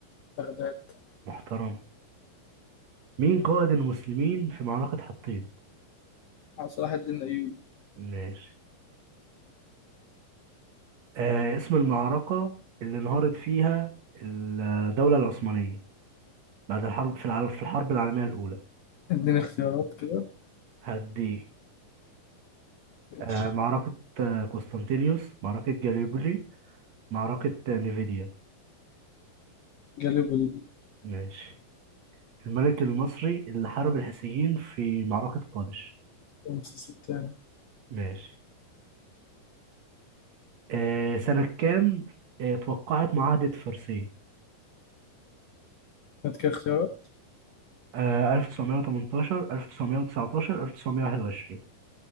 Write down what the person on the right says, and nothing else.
محترم مين قائد المسلمين في معركة حطين؟
ماشي آه اسم المعركة اللي انهارت فيها الدولة العثمانية بعد الحرب في العالم في الحرب العالمية الأولى
هدي
آه، معركة آه، قسطنطينيوس معركة جاليبولي معركة آه، نيفيديا
ماشي الملك المصري اللي حارب الحيثيين في معركة قادش
ماشي آه سنة كام آه توقعت معاهدة فرساي
آه 1918 1919 1921